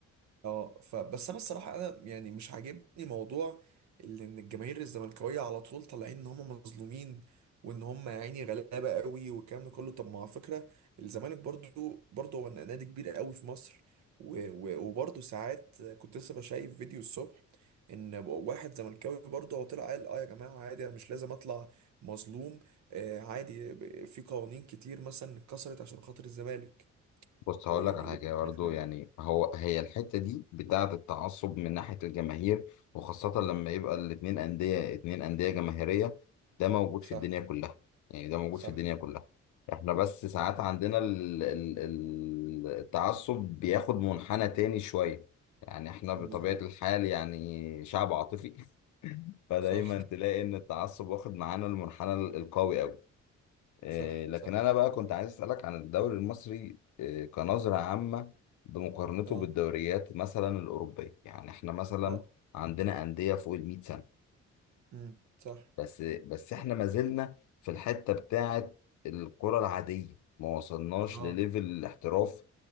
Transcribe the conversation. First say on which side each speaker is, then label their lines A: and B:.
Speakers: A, on the right; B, on the left.
A: اه فبس انا الصراحه انا يعني مش عاجبني موضوع اللي ان الجماهير الزملكاويه على طول طالعين ان هم مظلومين وان هم يا عيني غلابه قوي والكلام ده كله طب ما على فكره الزمالك برضو برضو هو نادي كبير قوي في مصر و- و- وبرضو ساعات كنت لسه بشايف فيديو الصبح ان واحد زملكاوي برضه هو طلع قال اه يا جماعه عادي انا مش لازم اطلع مظلوم آه عادي ب- في قوانين كتير مثلا اتكسرت عشان خاطر الزمالك
B: بص
A: ويعني
B: هقول لك على حاجة
A: وكده
B: برضه
A: يعني.
B: يعني هو هي الحتة دي بتاعة التعصب من ناحية الجماهير وخاصة لما يبقى الاتنين أندية اتنين أندية جماهيرية ده موجود
A: <laughs> صح
B: في الدنيا كلها يعني ده موجود
A: صح
B: في الدنيا كلها احنا بس ساعات
A: صح
B: عندنا ال- ال- ال- التعصب بياخد منحنى تاني شوية يعني احنا بطبيعة
A: بالظبط
B: الحال يعني شعب عاطفي <laughs> فدايما
A: صح
B: تلاقي ان التعصب واخد معانا المنحنى ال- القوي قوي إيه
A: صح
B: لكن
A: صح
B: انا بقى كنت عايز اسالك عن الدوري المصري إيه كنظره عامه بمقارنته
A: اه
B: بالدوريات مثلا الاوروبيه يعني احنا مثلا
A: اه
B: عندنا انديه فوق ال 100 سنه
A: امم صح
B: بس بس احنا ما زلنا في الحته بتاعه الكره العاديه ما وصلناش
A: اه
B: لليفل الاحتراف